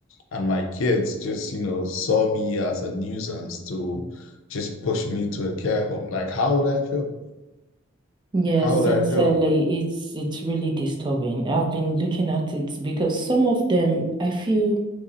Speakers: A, on the left; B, on the right.
A: And my kids just, you know, saw me as a nuisance to just push me to a care home. Like, how would I feel?
B: Yes,
A: How
B: sincerely,
A: would I feel?
B: it's it's really disturbing. I've been looking at it because some of them, I feel